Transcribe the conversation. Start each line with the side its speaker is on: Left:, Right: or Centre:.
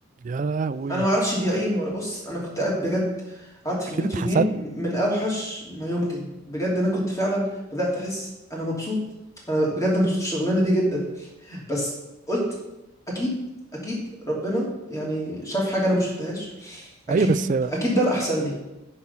Right: يا لهوي
Left: انا ما اعرفش دي عين ولا بص انا كنت قاعد بجد قعدت في
Right: اكيد
Left: البيت
Right: اتحسدت
Left: يومين من اوحش ما يمكن بجد انا كنت فعلا بدات احس انا مبسوط انا بجد مبسوط في الشغلانه دي جدا بس قلت اكيد اكيد ربنا يعني شاف حاجه انا ما شفتهاش اكيد
Right: ايوه بس
Left: اكيد ده الاحسن لي